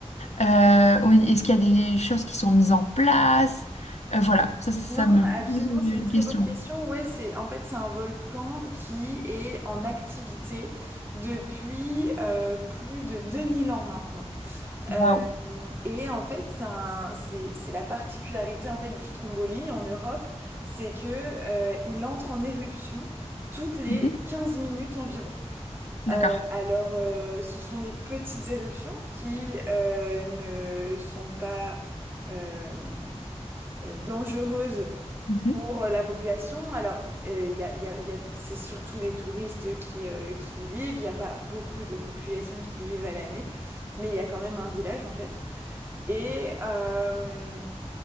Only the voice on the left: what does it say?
Euh, ou est-ce qu'il y a des choses qui sont mises en place? Euh, voilà, ça, ça, ça
me
pose
une
question.
Waouh.
Mhm.
D'accord.
Mhm.